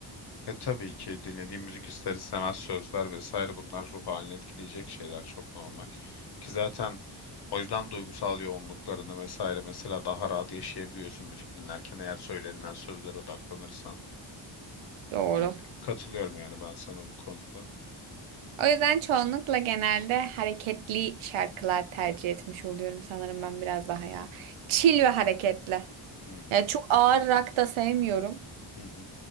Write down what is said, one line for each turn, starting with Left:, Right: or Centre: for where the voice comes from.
Left: E tabii ki dinlediğim müzik ister istemez sözler vesaire bunlar ruh halini etkileyecek şeyler çok normal. Ki zaten o yüzden duygusal yoğunluklarını vesaire mesela daha rahat yaşayabiliyorsun müzik dinlerken eğer söylenilen sözlere odaklanırsan.
Right: Doğru.
Left: Yani katılıyorum yani ben sana bu konuda.
Right: O yüzden çoğunlukla genelde hareketli şarkılar tercih etmiş oluyorum sanırım ben biraz daha ya. Chill ve hareketli.
Left: Hmm.
Right: Yani çok
Left: An-
Right: ağır rock da sevmiyorum.
Left: Hı hı.